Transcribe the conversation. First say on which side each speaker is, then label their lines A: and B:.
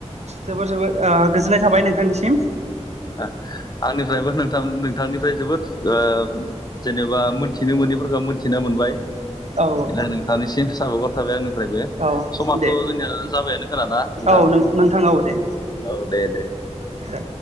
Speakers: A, on the right (about 70°); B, on the left (about 35°).
A: जोबोर जोबोर ओ गोजोननाय थाबाय नोंथांनिसिम।
B: ओ आंनिफ्रायबो नोंथां नोंथांनिफ्राय जोबोद। ओ जेनेबा मोनथिनो मोनैफोरखौ मोनथिनो मोनबाय।
A: औ
B: <unintelligible> नोंथांनिसिम साबायगर थाबाय आं। निफ्रायबो
A: औ
B: समाथ'
A: दे
B: जोंनिया जाबायानो खोना ना नोंथां।
A: औ नोंथां औ दे
B: औ दे दे।
A: दे